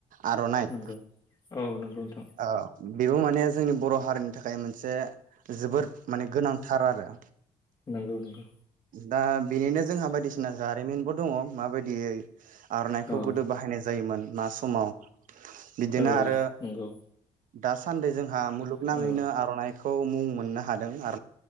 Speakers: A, on the right (about 75°); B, on the left (about 30°).
A: आर'नाइ
B: नंगौ औ नोंगौ। नोथां।
A: ओ बेबो माने जोंनि बर' हारिनि थाखाय मोनसे जोबोद माने गोनांथार आरो।
B: नोंगौ नोंंगौ।
A: दा बेनिनो जोंहा बायदिसिना जारिमिनबो दंङ माबायदियै आर'नाइखौ
B: औ
A: गोदो बाहायनाय जा जायोमोन मा समाव बिदिनो
B: औ
A: आरो
B: नंगौ
A: दासान्दि जोंहा मुलुगनांङैनो
B: औ
A: आर'नाइ खौ मुं मोननो हादों आ